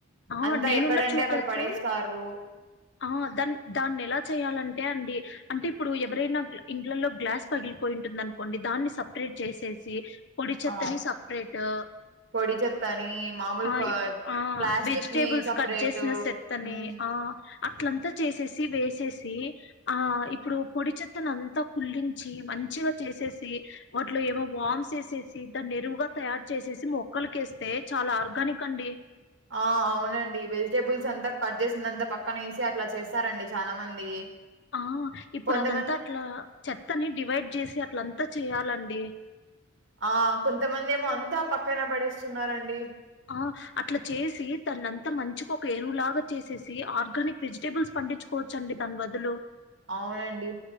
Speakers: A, on the left (about 60°); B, on the right (about 65°).
A: ఆ
B: అంతా
A: నేనున్న
B: ఎక్కడంటే
A: చోట
B: అక్కడ
A: అయితే
B: పడేస్తారు
A: ఆ దాన్ దాన్ ఎలా చేయాలంటే అండి అంటే ఇప్పుడు ఎవరైనా ఇండ్లలలో గ్లాస్ పగిలిపోయిటుంది అనుకోండి, దాన్ని సపరేట్ చేసేసి పొడి చెత్తని
B: ఆ
A: సపరేటు
B: పొడి చెత్తని మామూలు
A: ఆ
B: క
A: ఇప్పుడు ఆ
B: ప్లాస్టిక్
A: వెజిటేబుల్స్
B: ని సపరేట్
A: కట్ చేసిన సెత్తని
B: మ్మ్
A: ఆ అట్లంతా చేసేసి వేసేసి ఆ ఇప్పుడు పొడి చెత్తను అంతా కుల్లించి మంచి మంచిగా చేసేసి వాటిలో ఏమో వామ్ చేసేసి దాన్ని ఎరువుగా తయారు చేసేసి మొక్కలకి వేసేసి తే చాలా ఆర్గానిక్ అండి
B: ఆ అవునండి వెజిటేబుల్స్ అంతా కట్ చేసినక్ అంత పక్కన వేసి అట్లా చేస్తారండి చానా మంది
A: ఆ ఇప్పుడు
B: కొంతమంది
A: అదంతా అట్లా చెత్తని డివైడ్ చేసి అట్లంతా చేయాలండి
B: ఆ కొంతమంది ఏమో అంతా పక్కన పడేస్తున్నారండి
A: ఆ అట్లా చేసి తనంతా మంచిగా ఒక ఎరువులాగా చేసేసి ఆర్గానిక్ వెజిటేబుల్స్ పండించుకో కోచండి దాని బద్దులు
B: అవునండి